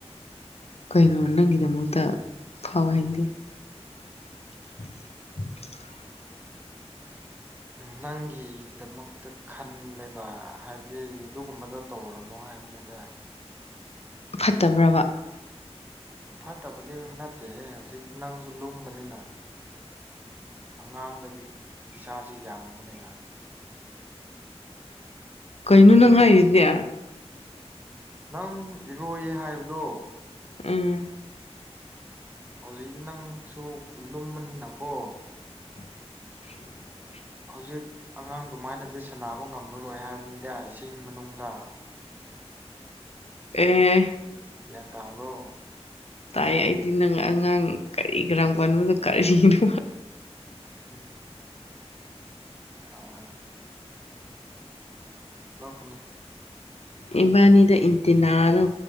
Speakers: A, on the left; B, on the right.
A: ꯀꯩꯅꯣ ꯅꯪꯒꯤꯗꯃꯛꯇ ꯐꯥꯎꯋꯦ ꯍꯥꯏꯗꯤ <inaudible> <inaudible>
B: ꯅꯪꯒꯤꯗꯃꯛꯇ ꯈꯟꯂꯦꯕ ꯍꯥꯏꯕꯗꯤ ꯑꯗꯨꯒꯨꯝꯕꯗꯣ ꯇꯧꯔꯅꯨ ꯍꯥꯏꯕꯅꯤꯗ
A: ꯐꯠꯇꯕ꯭ꯔꯕ
B: ꯐꯠꯇꯕꯗꯤ ꯅꯠꯇꯦꯍꯦ ꯍꯧꯖꯤꯛ ꯅꯪꯁꯨ ꯂꯨꯝꯕꯅꯤꯅ ꯑꯉꯥꯡꯗꯗꯤ ꯏꯁꯥꯁꯦ ꯌꯥꯡꯕꯅꯤꯅ
A: ꯀꯩꯅꯣ ꯅꯪ ꯍꯥꯏꯔꯤꯁꯤꯗꯤ
B: ꯅꯪ ꯏꯔꯣꯏꯌꯦ ꯍꯥꯏꯕꯗꯣ
A: ꯎꯝ
B: ꯍꯧꯖꯤꯛꯇꯤ ꯅꯪꯁꯨ ꯂꯨꯝꯕꯅꯤꯅꯀꯣ
A: <inaudible>
B: ꯍꯧꯖꯤꯛ ꯑꯉꯥꯡꯗꯨꯃꯥꯏꯅꯗꯤ ꯁꯥꯟꯅꯕ ꯉꯝꯃꯔꯣꯏ ꯍꯥꯏꯕꯅꯤꯗ ꯏꯁꯤꯡ ꯃꯅꯨꯡꯗ
A: ꯑꯦ
B: ꯒꯤꯌꯥꯟ ꯇꯕ꯭ꯔꯣ
A: ꯇꯥꯏ ꯑꯩꯗꯤ ꯅꯪ ꯑꯉꯥꯡ ꯀꯔꯤ ꯀꯔꯝ ꯀꯥꯟꯗꯣ ꯀꯔꯤꯅꯣ
B: ꯎꯝ ꯑꯥ ꯅꯣꯛꯀꯅꯨ
A: ꯏꯕꯥꯟꯅꯤꯗ ꯏꯟꯇꯤꯅꯥꯗꯣ